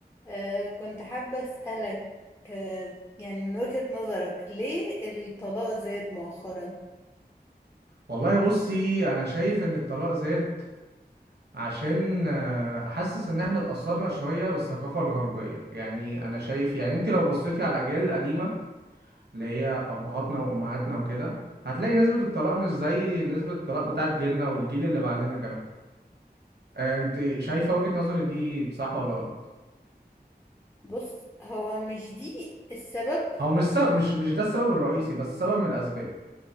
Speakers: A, on the left; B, on the right.
A: آه، كنت حابة أسألك آه، يعني من وجهة نظرك ليه الطلاق زاد مؤخرا
B: والله بصي انا شايف ان الطلاق زاد عشان آه، حاسس ان احنا اتأثرنا شوية بالثقافة الغربية يعني انا شايف يعني انت لو بصيتي على الاجيال القديمة اللي هي ابهاتنا وامهاتنا وكده هتلاقي نسبة الطلاق مش زي نسبة الطلاق بتاعت جيلنا والجيل اللي بعدنا كمان آه، انت شايفة وجهة نظري دي صح ولا غلط
A: بص هو مش دي السبب
B: هو مش سبب مش مش ده السبب الرئيسي بس سبب من الاسباب